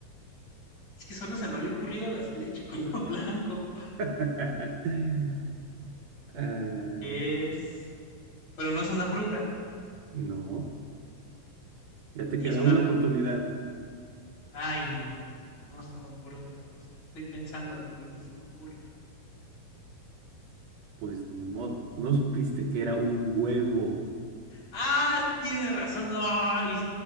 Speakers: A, on the left; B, on the right.
A: Es que solo se me había ocurrido la leche color <laughs> blanco.
B: <laughs> Ah,
A: Es. Pero no es una fruta,
B: no, ya te
A: ni
B: queda
A: es una.
B: una oportunidad.
A: Ay, no. No se me ocurre otra cosa. Estoy pensándolo, pero no se me ocurre.
B: Pues ni modo, no supiste que era un huevo
A: ¡Ah! Tienes razón. ¡Ay!